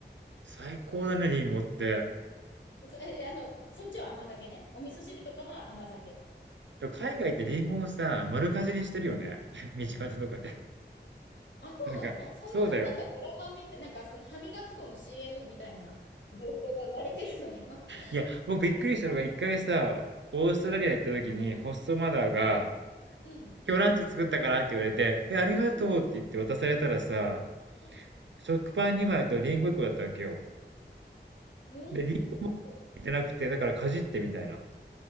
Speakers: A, on the right; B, on the left.
A: 最高だね、リンゴって。
B: そ、え、あの、そっちは甘酒ね。お味噌汁とかは甘酒。
A: でも海外ってリンゴをさ、丸かじりしてるよね。<laughs> 道端とかで。
B: あ、そうなのそんな、
A: なんか、そうだよ。
B: なんかドラマみたい、なんかその歯磨き粉の CM みたいな情報が生まれてるの。<laughs> ガ
A: いや、僕びっくりしたのが一回さ、
B: リみたい
A: オーストラリア行った時にホストマザーが、
B: な。うん。うん。
A: 今日ランチ作ったからって言われて、え、ありがとうって言って渡されたらさ、
B: うん。うん。
A: 食パン2枚とリンゴ1個だったわけよ。
B: お
A: で、リンゴ
B: ー。
A: 入ってなくて、だからかじってみたいな。